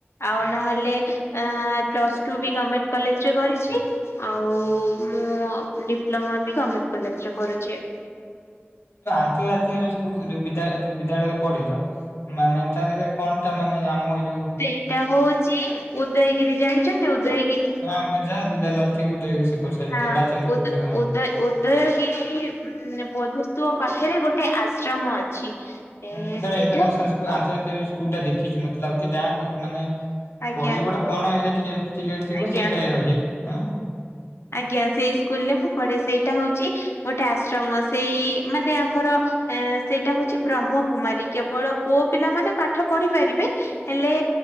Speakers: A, on the left; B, on the left.
A: ଆଉ
B: ହୁଁ,
A: ନହେଲେ ଆଁ ପ୍ଲସ ଟୁ ବି ଗମେଣ୍ଟ କଲେଜରେ କରିଛି। ଆଉ
B: ହୁଁ,
A: ମୁଁ ଡିପ୍ଲୋମା ବି ଗମେଣ୍ଟ କଲେଜରେ କରୁଛି।
B: ଯୋ ଆନ୍ତର୍ଜାତୀୟ ଯୋଉ ସ୍କୁ ଯୋଉ ବିଦ୍ୟାଳୟ ଯୋଉ ବିଦ୍ୟାଳୟରେ ପଢିଲ ମାନେ ତାଧେରେ କଣ ଟା ମାନେ ଆମ ଇ
A: ସେଇଟା ହଉଛି ଉଦୟଗିରି ଜାଣିଛନ୍ତି ଉଦୟଗିରି?
B: ହଁ ବୁଝା <unintelligible>
A: ହଁ
B: ବାଲଚନ୍ଦ୍ରପୁର
A: ଉଦ
B: ସେ ହଁ।
A: ଉଦଏ ଉ ଦୟଗିରି ମ-ମ ବଧୁସ୍ତୁପ ପାଖରେ ଗୋଟେ ଆଶ୍ରମ ଅଛି। ଏ
B: ମ-ମ ମୁଁ ଥରେ
A: ସେଇଟା
B: ଇଣ୍ଟରନ୍ୟାସନାଲ ସ୍କୁଲ ଆନ୍ତର୍ଜାତୀୟ ସ୍କୁଲଟା ଦେଖିଛି, ମତେ ଲାଗୁଚି ବ୍ୟାଙ୍କ ମାନେ
A: ଆଜ୍ଞା
B: ପଡିବ ଗୋଟେ ବଣ ଏରିଆ ଟିକେ ଟିକେ ଥିବ,
A: ଆଜ୍ଞା।
B: ସେଇଟା <unintelligible> ଆଁ
A: ଆଜ୍ଞା ସେଇ ସ୍କୁଲରେ ମୁଁ ପଢେ, ସେଇଟା ହଉଛି ଗୋଟେ ଆଶ୍ରମ ସେଇ ମାନେ ଆମର ଏ ସେଇଟା ହଉଛି ବ୍ରହ୍ମକୁମାରୀ, କେବଳ ପୁଅ ପିଲାମାନେ ପାଠ ପଢିପାରିବେ ହେଲେ